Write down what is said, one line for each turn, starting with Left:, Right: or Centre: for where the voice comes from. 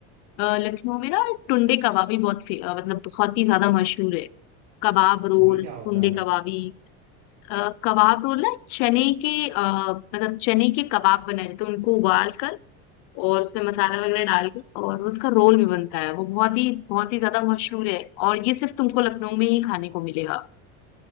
Left: अ, लखनऊ में ना टुंडे कबाबी बहुत फे- अ, मतलब बहुत ही ज्यादा मशहूर है कबाब रोल
Right: ये क्या होता
Left: टुंडे
Right: है
Left: कबाबी अ, कबाब रोल ना चने के अ, मतलब चने के कबाब बनाए जाते हैं उनको उबाल कर और उसमें मसाला वगैरह डाल के और उसका रोल भी बनता है वो बहुत ही बहुत ही ज्यादा मशहूर है और ये सिर्फ तुमको लखनऊ में ही खाने को मिलेगा